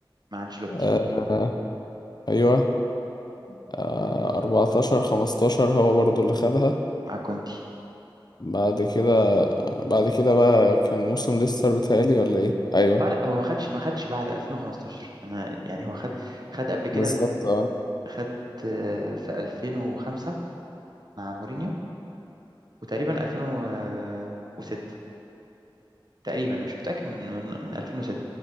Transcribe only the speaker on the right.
مع انشيلوتي
مع كونتي
اه لا هو ما خدش ما خدش بعد 2015 انا يعني هو خد خد قبل كده
من
خد آه، في 2005 مع مورينيو وتقريبا 2006 تقريبا مش متأكد من من 2006